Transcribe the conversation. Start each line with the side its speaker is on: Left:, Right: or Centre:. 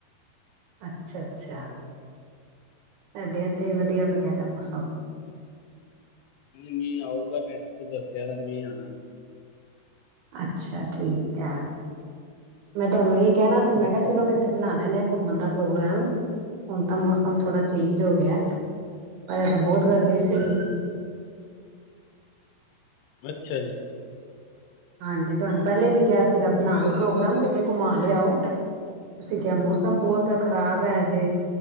Right: ਅੱਛਾ-ਅੱਛਾ। ਸਾਡੇ ਐਥੇ ਵੀ ਵਧੀਆ ਬਣਿਆ ਦਾ ਮੌਸਮ।
Left: ਮੀਂ ਆਊਗਾ। ਨੈੱਟ ਤੇ ਦੱਸਿਆ ਦਾ, ਮੀਂਹ ਆਣਾ
Right: ਅੱਛਾ, ਠੀਕ ਆ। ਮੈਂ ਤੁਹਾਨੂੰ ਇਹੀ ਕਹਿਣਾ ਸੀ। ਮੈਂ ਕਿਹਾ ਚਲੋ, ਕਿੱਥੇ ਬਣਾ ਲੈਂਨੇ ਆ, ਘੁੰਮਣ ਦਾ ਪ੍ਰੋਗਰਾਮ। ਹੁਣ ਤਾਂ ਮੌਸਮ ਥੋੜਾ ਚੇਂਜ ਹੋ ਗਿਆ। ਪਹਿਲੇ ਤਾਂ ਬਹੁਤ ਗਰਮੀ ਸੀਗੀ।
Left: ਅੱਛਾ ਜੀ।
Right: ਹਾਂਜੀ, ਤੁਹਾਨੂੰ ਪਹਿਲੇ ਵੀ ਕਿਹਾ ਸੀਗਾ, ਬਣਾਲੋ ਪ੍ਰੋਗਰਾਮ। ਕਿਤੇ ਘੁੰਮਾ ਲਿਆਓ। ਤੁਸੀਂ ਕਿਹਾ ਮੌਸਮ ਬਹੁਤ ਖ਼ਰਾਬ ਐ ਹਜੇ।